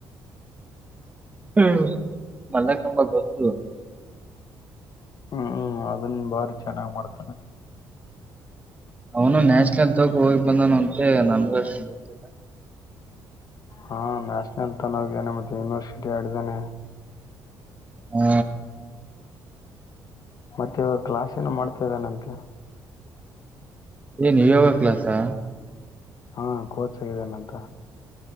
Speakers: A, on the right (about 20°); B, on the left (about 50°).
A: ಹ್ಮ್ ಮಲ್ಲಕಂಬ ಗೊತ್ತುು
B: ಹ್ಮ್ ಹ್ಮ್ ಅದನ್ ಭಾರಿ ಚೆನ್ನಾಗ್ ಮಾಡ್ತಾನ
A: ಅವನು ನ್ಯಾಶನಲ್ ತಾಗ ಹೋಗಿ ಬಂದಾನ ಅಂತೆ ನಮ್ಗ ಅಷ್ಟು ಗೊತ್ತಿಲ್ಲ
B: ಹಾ ನ್ಯಾಷನಲ್ ತನೋಗಿದ್ದಾನೆ ಮತ್ತೆ ಯೂನಿವರ್ಸಿಟಿ ಆಡಿದಾನೆ
A: ಹ್ಮ
B: ಮತ್ತೆ ಇವಾಗ ಕ್ಲಾಸ್ ಏನ ಮಾಡ್ತಾ ಇದ್ದಾನಂತೆ
A: ಏನು ಯೋಗಾ ಕ್ಲಾಾಸಾ
B: ಹಾ ಕೋಚ್ ಆಗಿದ್ದೇನೆಂತ